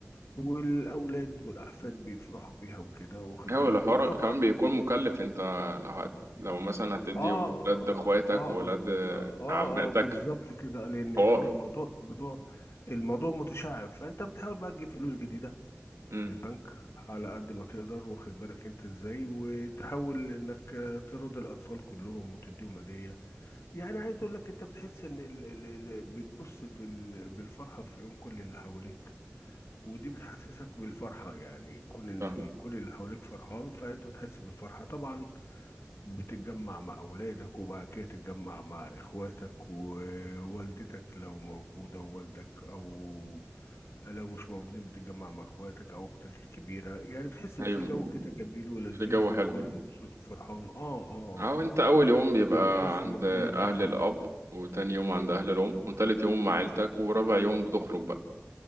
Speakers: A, on the left (about 70°); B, on the right (about 85°).
A: والاولاد والاحفاد بيفرحوا بيها وكده واخد
B: هو
A: بالك
B: الحوار
A: وطبعا
B: كمان بيكون مكلف انت لو هت... لو مثلا هتدي
A: اه
B: ولاد
A: اه
B: اخواتك
A: اه اه,
B: وولاد
A: آه, آه
B: عماتك
A: آه، بالظبط كده لان
B: حوار
A: آه، الموضوع الموضوع الموضوع متشعب فانت بتحاول بقى تجيب فلوس جديدة
B: امم
A: من البنك على قد ما تقدر واخد بالك انت ازاي وتحاول انك آه، ترضي الاطفال كلهم وتديهم هديه يعني عايز اقول لك انت بتحس ان ال ال ال بتبص في ال بالفرحه في عيون كل اللي حواليك ودي بتحسسك بالفرحه يعني كون ان
B: صح
A: ال- كل اللي حواليك فرحان فانت بتحس بالفرحه طبعا بتتجمع مع أولادك وبعد كده تتجمع مع إخواتك ووالدتك لو موجودة ووالدك أو لو مش موجودين بتتجمع مع إخواتك أو أختك الكبيرة يعني بتحس إن
B: ايوه
A: في جو كده جميل ولذيذ
B: في جو
A: والكل
B: حلو
A: مبسوط وفرحان آه آه
B: اهو
A: آه
B: انت اول يوم بيبقى
A: آه بتحس
B: عند
A: إن الكل فرحان
B: اهل الاب وتاني يوم عند اهل الام وتالت يوم مع عيلتك ورابع يوم بتخرج بقى